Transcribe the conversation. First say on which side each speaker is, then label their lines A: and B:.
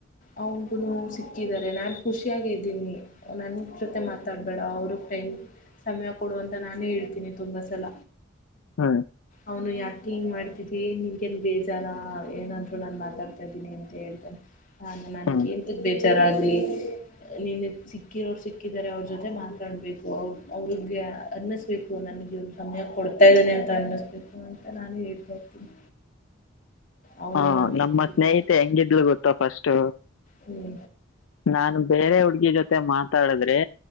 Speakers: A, on the left (about 40°); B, on the left (about 75°).
A: ಅವನ್ಗುನು ಸಿಕ್ಕಿದಾರೆ, ನಾನ್ ಖುಷಿಯಾಗೆ ಇದ್ದೀನಿ, ನನ್ ಜೊತೆ ಮಾತಾಡ್ಬೇಡ, ಅವ್ರು ಟೈಮ್ ಸಮ್ಯ ಕೊಡು ಅಂತ ನಾನೇ ಹೇಳ್ತೀನಿ ತುಂಬಾ ಸಲ.
B: ಹ್ಮ.
A: ಅವ್ನು ಯಾಕೆ ಹಿಂಗ್ ಮಾಡ್ತಿದಿ ನಿಂಗೇನ್ ಬೇಜಾರ ಏನಂದ್ರು ನಾನ್ ಮಾತಾಡ್ತಾದ್ದೀನಿ ಅಂತ ಹೇಳ್ತಾನೆ. ನಾನು ನಂಗ್
B: ಹ್ಮ್
A: ಎಂತುಕ್ ಬೇಜಾರ್ ಆಗ್ಲಿ. ನಿನಿಗ್ ಸಿಕ್ಕಿರೋರು ಸಿಕ್ಕಿದಿದ್ದಾರೆ, ಅವ್ರ ಜೊತೆ ಮಾತಾಡ್ಬೇಕು, ಅವ್ರ್ ಅವ್ರಿಗೆ ಅರ್ನ್ನಿಸ್ಬೇಕು ಅ. ನಂಗ್ ಇವ್ನು ಸಮಯ ಕೊಡ್ತಾ ಇದ್ದಾನೆ ಅಂತ ಅನ್ನಿಸ್ಬೇಕು ಅಂತ ನಾನು ಹೇಳ್ತಾ ಇರ್ತೀನಿ.
B: <inaudible>
A: ಅವನೇನು
B: ಹಾ
A: ಅನ್ಕೋಬೇಕಿದ್ದಾರೆ
B: ನಮ್ಮ ಸ್ನೇಹಿತೆ ಹೆಂಗಿದ್ಲು ಗೊತ್ತಾ ಫಸ್ಟ್.
A: ಹ್ಞೂ
B: ನಾನು ಬೇರೆ ಹುಡ್ಗಿ ಜೊತೆ ಮಾತಾಡದ್ರೆ